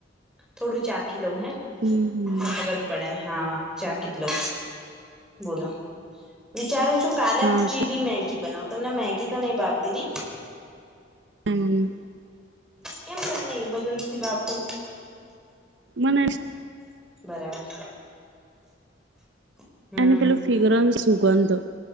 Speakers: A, in the centre; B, on the right.
A: થોડું ચ લઉ હૈ
B: હમ હમ
A: તો ખબર પડે હા ચ કટલો બોલો વિચારું છું પહેલે
B: હા
A: ચીલી મેગી બનાવું તમને મેગી તો નહી ભાવતી નહી
B: હમ
A: કેમ તમને એવું બધું નથી ભાગતું
B: મન
A: બરાબર હમ
B: એને પેલું ફિગરનું સુું બંધ